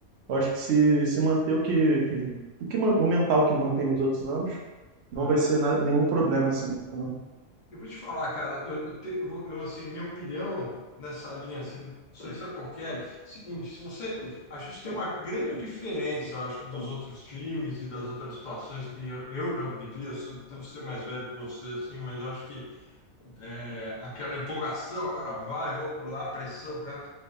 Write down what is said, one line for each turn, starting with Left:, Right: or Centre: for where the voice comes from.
Right: Eu acho que se, se manter o que, que- o que man- o mental que mantém nos outros anos, não
Left: É.
Right: vai ser nada- nenhum problema, assim. entendeu?
Left: Eu vou te falar, cara, eu, eu, te- eu vou- eu, assim, minha opinião nessa linha, assim, isso aí sabe qual que é? Seguinte, se você, a gente tem uma grande diferença, eu acho que dos outros times e das outras situações que eu, eu já vivi, eu sou- devo ser mais velho que você, assim, mas eu acho que é, aquela empolgação, agora vai, vamos lá, pressão, cara.